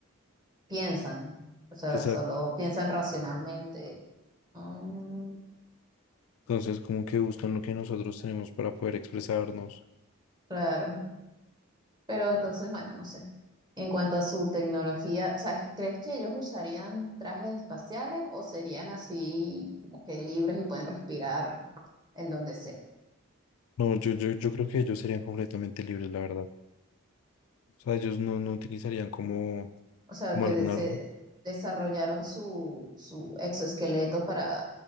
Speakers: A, on the right; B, on the left.
A: piensan, o sea,
B: exacto.
A: solo piensan racionalmente. Mm,
B: Entonces como que buscan lo que nosotros tenemos para poder expresarnos.
A: claro, pero entonces, bueno, no sé. En cuanto a su tecnología, o sea, ¿crees que ellos usarían trajes espaciales o serían así como que libres y pueden respirar en donde sea?
B: No, yo, yo, yo creo que ellos serían completamente libres, la verdad. O sea, ellos no, no utilizarían como
A: O sea,
B: como
A: que
B: alguna,
A: de- se
B: r-
A: desarrollaron su, su exoesqueleto para